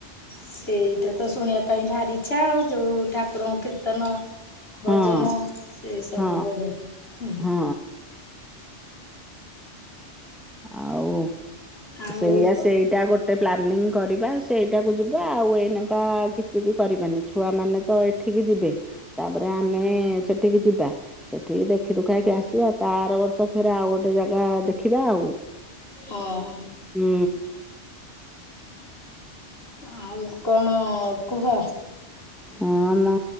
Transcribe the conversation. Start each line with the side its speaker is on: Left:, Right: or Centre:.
Left: ସେଇଟା ତ ଶୁଣିବା ପାଇଁ ଭାରି ଇଚ୍ଛା, ଆଉ ଯୋଉ ଠାକୁରଙ୍କ କୀର୍ତ୍ତନ
Centre: ହଁ।
Left: ଭଜନ ସେ ସବୁ
Centre: ହଁ
Left: ବଢିଆ। ହୁଁ ହୁଁ।
Centre: ହଁ ଆଉ
Left: ଆଉ
Centre: ସେଇଆ
Left: କ
Centre: ସେଇଟା ଗୋଟେ ପ୍ଲାନିଂ କରିବା। ସେଇଟାକୁ ଯିବା ଆଉ ଏଇନେକା କିଛି ବି କରିବାନି ଛୁଆମାନେ ତ ଏଠିକି ଯିବେ। ତାପରେ ଆମେ ସେଠିକି ଯିବା ସେଠିକି ଦେଖ୍ ଦେଖିଦୁଖାକି ଆସିବା ତା ଆର ବର୍ଷ ଫେରେ ଆଉ ଗୋଟେ ଜାଗା ଦେଖିବା ଆଉ।
Left: ହଁ।
Centre: ହୁଁ।
Left: ଆଉ କଣ କୁହ?
Centre: ହଁ ମଁ,